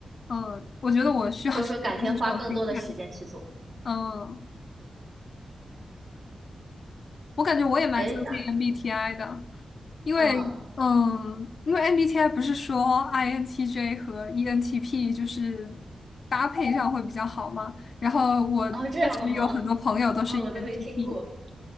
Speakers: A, on the left; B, on the right.
A: 嗯，我觉得我需要学习的是这种心态。
B: 或者说改天花更多的时间去做。
A: 嗯，我感觉我也蛮相信
B: 哎，那
A: MBTI 的。因为，
B: 嗯，
A: 嗯，因为 MBTI 不是说 INTJ 和 ENTP 就是搭配上会比较好吗？然后我确实有很多朋友都是
B: 哦，这样的吗？啊、我都没听过。
A: ENTP，